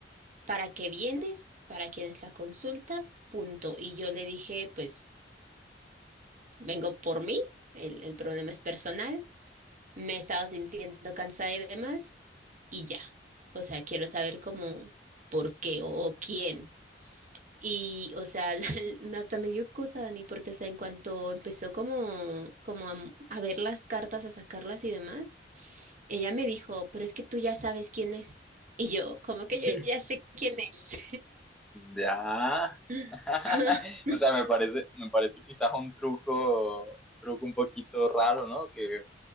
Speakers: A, on the right; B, in the centre.
A: ¿para qué vienes? ¿Para quién es la consulta? Punto. Y yo le dije, pues, vengo por mí, el, el problema es personal, me he estado sintiendo cansada y demás, y ya. O sea, quiero saber cómo, por qué o o quién. Y, o sea, <laughs> me- hasta me dio cosa, Dani, porque, o sea, en cuanto empezó como, como a, a ver las cartas, a sacarlas y demás, ella me dijo, pero es que tú ya sabes quién es. Y yo, ¿cómo
B: <laughs>
A: que yo ya sé quién es?
B: Ya.
A: <laughs>
B: <laughs> O sea, me parece, me parece quizás un truco, un truco un poquito raro, ¿no? Que,